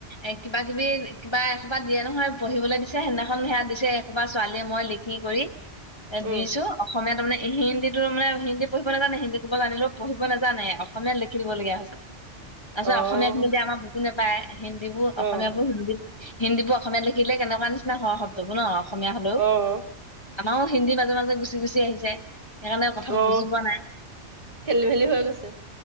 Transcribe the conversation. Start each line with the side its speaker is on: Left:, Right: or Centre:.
Left: এ কিবা কিবি কিবা একোবা দিয়ে নহয় পঢ়িবলৈ দিছে সেইদিনাখন সেয়া দিছে একোবা ছোৱালীয়ে মই লিখি কৰি এ
Right: উম,
Left: দিছো অসমীয়া তাৰানে, হিন্দীটোো মানে হিন্দী পঢ়িব নাজানে হিন্দী ক'বলৈ নানিলোও পঢ়িব নাজানে অসমীয়াত লিখি দিবলগীয়া হৈছে। তাৰপছ
Right: অ',
Left: অসমীয়াখিনি আমাৰু বাই হিন্দী বোৰ অসমীয়াবোৰ
Right: অ',
Left: হিন্দী হিন্দী বোৰ অসমীয়াাত লিখিলে কেনেকুৱা নিচিনা হয় শব্দবোৰ ন অসমীয়া হ'লেও
Right: অ',
Left: আমাৰো হিন্দী মাজে মাজে গুচি গুচি আহিছে। সেইকাৰণে কথাবোৰ
Right: অ
Left: বুজি পোৱা নাই
Right: খেলি মেলি হৈ গৈছে।